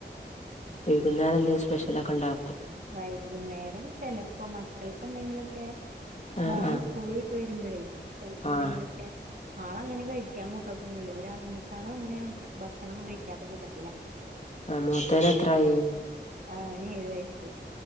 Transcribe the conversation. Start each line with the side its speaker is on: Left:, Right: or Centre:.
Left: വൈകുന്നേരം എന്തേലും സ്പെഷ്യലക്കെണ്ടോ
Right: വൈകുന്നേരം ചെലപ്പോ മക്കൾക്ക് എന്തെങ്കിലൊക്കെ
Left: ആഹ്
Right: മോനീ
Left: ആഹ്
Right: സ്കൂള് വി വരുമ്പോഴേ ചെലപ്പോ
Left: ആഹ്
Right: എന്തെങ്കിലൊക്കെ ആളങ്ങനെ കഴിക്കും ക്ക അങ്ങൂട്ടാകൊന്നുല്ല ഒരാൾ മൂതാളോ അങ്ങനെ ഭക്ഷണം കഴിക്കാത്ത കൂട്ടത്തില
Left: ആഹ് മൂത്തേന് എത്രായി
Right: ആഹ് നീഴ് വയസ്സു